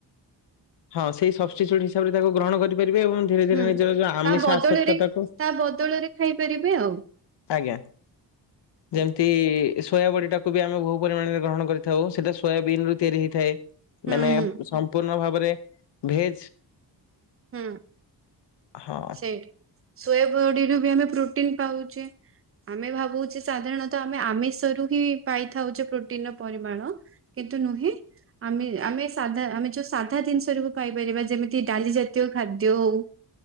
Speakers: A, on the left; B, on the right.
A: ହଁ ସେଇ ସପ୍ସିଚ୍ୟୁଟ ହିସାବ ରେ ତାକୁ ଗ୍ରହଣ କର ହେଇପାରିବେ ଏବଂ ଧୀରେ ଧୀରେ
B: ହୁଁ
A: ନିଜର ବି ଆମିଷ
B: ତା ବଦଳରେ
A: ଆସକ୍ତ ଟାକୁ।
B: ତା ବଦଳରେ ଖାଇପାରିବେ ଆଉ
A: ଆଜ୍ଞା।
B: ହୁଁ
A: ଯେମିତି ସୋୟାବଡ଼ି ଟାକୁ ବି ଆମେ ବହୁ ପରିମାଣରେ ଗ୍ରହଣ କରିଥାଉ। ସେଇଟା ସୋୟାବିିନ ରୁ ତିଆରି ହେଇ ଥାଏ
B: ହୁଁ
A: ମାନେ ସମ୍ପୂର୍ଣ୍ଣ ଭାବରେ ଭେଜ।
B: ହୁଁ
A: ହଁ
B: ସେଇଠି। ସୋୟ ବଡିରୁୁ ବି ଆମେ ପ୍ରୋଟିନ ପାଉଛେ, ଆମେ ଭାବୁଛେ ସାଧାରଣ ତ ଆମେ ଆମିଷରୁ ହିଁ ପାଇଥାଉଛେ। ପ୍ରୋଟିନ ର ପରିମାଣ କିନ୍ତୁ ନୁହେଁ। ଆମେ ଆମେ ସାଧା ଆମେ ଯୋଉ ସାଧା ଜିନିଷ ରୁ ପାଇପାରିବା ଯେମିତି ଡାଲି ଜାତ ତିୟ ଖାଦ୍ୟ ହଉ